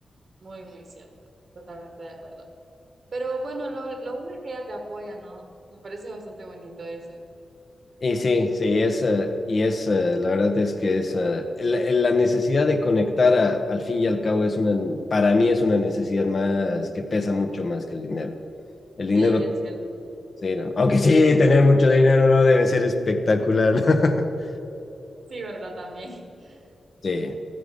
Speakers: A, on the right; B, on the left.
A: Muy, muy cierto. Totalmente de acuerdo. Pero bueno, lo, lo bueno es que ella te apoya, ¿no? Me parece bastante bonito eso.
B: Y sí, sí, es, eh, y es, eh, la verdad es que es, eh, la, la necesidad de conectar a- al fin y al cabo es una, para mí es una necesidad más que pesa mucho más que el dinero. El dinero
A: Sí, es cierto.
B: Sí, no. Aunque sí, tener mucho dinero no debe ser espectacular. <laughs>
A: Sí, ¿verdad? También. <laughs>
B: Sí,